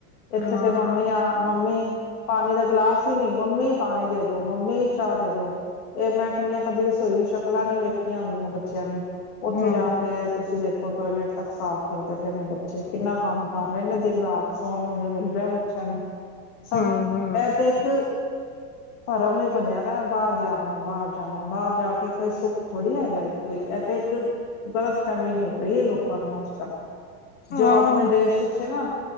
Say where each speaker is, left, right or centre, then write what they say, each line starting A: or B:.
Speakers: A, on the left (about 65°); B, on the left (about 20°).
A: ਇੱਥੇ
B: ਹਾਂ।
A: ਤੇ ਮੰਮੀ ਆ ਮੰਮੀ, ਪਾਣੀ ਦਾ ਗਲਾਸ ਵੀ ਨਹੀਂ, ਮੰਮੀ ਪਾਣੀ ਦੇ ਦੋ ਮੰਮੀ ਚਾਹ ਦੇ ਦੋ। ਇਹ ਮੈਂ ਕਹਿੰਦੀ ਆ ਕਦੀ ਰਸੋਈ ਦੀ ਸ਼ਕਲਾਂ ਨੀ ਵੇਖੀਆਂ ਹੁੰਦੀਆਂ ਬੱਚਿਆਂ ਨੇ, ਉੱਥੇ
B: ਹੂੰ,
A: ਜਾ ਕੇ ਤੁਸੀਂ ਦੇਖੋ। ਟੋਇਲੇਟ ਤੱਕ ਸਾਫ਼ ਕਰਦੇ ਪਏ ਨੇ ਬੱਚੇ। ਕਿੰਨਾ ਕੰਮ ਕਰ ਰਹੇ ਨੇ, ਦਿਨ ਰਾਤ ਸੋਣ ਨੂੰ ਨੀ ਮਿਲ ਰਿਹਾ ਬੱਚਿਆਂ ਨੂੰ। ਸਭ
B: ਹੂੰ, ਹੂੰ।
A: ਮੈ ਤੇ ਇਕ ਧਰਮ ਹੀ ਬਣਿਆ ਦਾ, ਬਾਹਰ ਜਾਣਾ ਬਾਹਰ ਜਾਣਾ ਬਾਹਰ ਜਾ ਕੇ ਕੋਈ ਸੁੱਖ ਥੋੜ੍ਹੀ ਹੈਗਾ ਏ ਕੋਈ, ਇਹ ਤੇ ਇੱਕ ਗਲਤ ਗਲਤ ਫਹਿਮੀ ਹੋ ਰਹੀ ਹੋ ਰਹੀ ਏ ਲੋਕਾਂ ਨੂੰ ਅੱਜ ਕੱਲ, ਜੋ
B: ਹਾਂ।
A: ਆਪਣੇ ਦੇਸ਼ ਵਿੱਚ ਨਾ